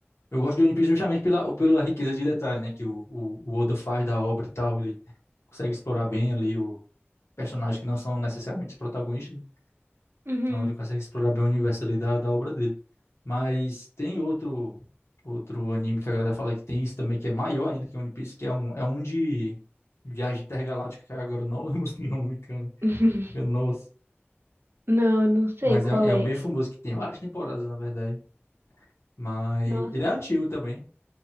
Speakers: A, on the left; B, on the right.
A: Eu gosto de One Piece justamente pela, pela riqueza de detalhe, né? Que o, o, o Oda faz da obra e tal. Ele consegue explorar bem ali o personagem que não são necessariamente os protagonistas. né?
B: Uhum.
A: Então ele consegue explorar bem o universo ali da, da obra dele. Mas tem outro outro anime que a galera fala que tem isso também, que é maior ainda que One Piece, que é um, é um de viagem intergaláctica, que agora eu não <laughs> lembro o nome, cara.
B: <laughs>
A: Meu, Nossa.
B: Não, não sei
A: Mas
B: qual
A: é, é
B: é.
A: um bem famoso, que tem várias temporadas, na verdade. Mas
B: Nossa.
A: ele é antigo também.